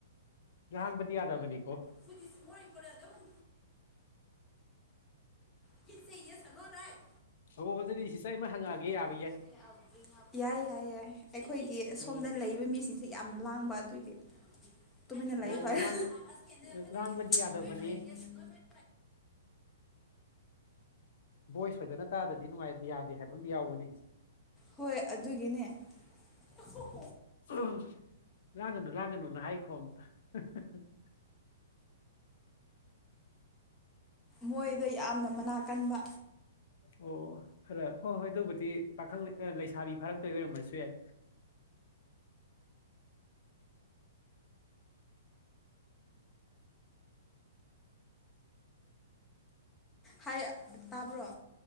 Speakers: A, on the left (about 60°); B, on the left (about 15°).
A: ꯂꯥꯡꯕꯗꯤ ꯌꯥꯗꯕꯅꯤꯀꯣ
B: ꯐꯧꯗ is more important day one ꯀꯤꯟ say yes oh no ꯔꯏꯠ
A: ꯍꯣ ꯑꯗꯨꯗꯤ ꯁꯤꯁꯇꯔ ꯑꯩꯃꯥ ꯍꯪꯉꯛꯑꯒꯦ ꯌꯥ
B: <unintelligible> ꯑꯏꯜ ꯕ꯭ꯔꯤꯡ ꯑꯞ ꯌꯥꯏ ꯌꯥꯏ ꯌꯥꯏ ꯑꯩꯈꯣꯏꯒꯤ
A: ꯑꯣ
B: ꯑꯁꯣꯝꯗ ꯂꯩꯕ ꯃꯤꯁꯤꯡ ꯁꯤ ꯌꯥꯝꯅ ꯂꯥꯡꯕ ꯑꯗꯨꯒꯤ ꯇꯨꯃꯤꯟꯅ ꯂꯥꯏꯌꯣ
A: ꯑꯣ
B: ꯍꯣꯏꯌꯣ
A: ꯂꯥꯡꯕ
B: <unintelligible>
A: ꯂꯥꯡꯕꯗꯤ ꯌꯥꯗꯕꯅꯤ ꯚꯣꯏꯁ ꯐꯖꯅ ꯇꯥꯗꯗꯤ ꯅꯨꯡꯉꯥꯏ ꯌꯥꯗꯦ ꯍꯥꯏꯕ ꯑꯝꯗꯤ ꯌꯥꯎꯕꯅꯤ
B: ꯍꯣꯏ ꯑꯗꯨꯒꯤꯅꯦ <unintelligible>
A: <unintelligible> ꯂꯥꯡꯒꯅꯨ ꯂꯥꯡꯒꯅꯨꯅ ꯍꯥꯏꯈꯣ ꯑꯝꯇ <unintelligible>
B: ꯃꯣꯏꯗꯣ ꯌꯥꯝꯅ ꯃꯅꯥ ꯀꯟꯕ
A: ꯑꯣ ꯈꯔ ꯍꯣꯏ ꯍꯣꯏ ꯑꯗꯨꯕꯨꯗꯤ ꯄꯥꯈꯪ ꯂꯩ ꯑꯥ ꯂꯩꯁꯥꯕꯤ ꯐꯥꯔꯛꯇꯣꯏ ꯑꯣꯏꯔꯝꯃꯁꯨ ꯌꯥꯏ
B: ꯍꯥꯏꯌꯥ ꯇꯕ꯭ꯔꯣ?